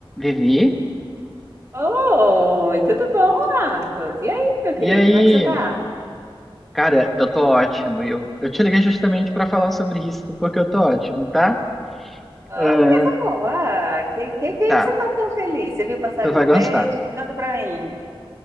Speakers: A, in the centre; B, on the right.
A: Vivi?
B: Oi, tudo bom, Marcos? E aí, meu querido,
A: E aí?
B: como é que você tá?
A: Cara, eu tô ótimo. E eu, eu te liguei justamente pra falar sobre isso, do porque eu tô ótimo, tá?
B: Ó,
A: Ah,
B: coisa boa! Que, que, que,
A: tá,
B: que você tá tão feliz? Você viu o passarinho
A: tu vai gostar.
B: verde? Canta pra mim.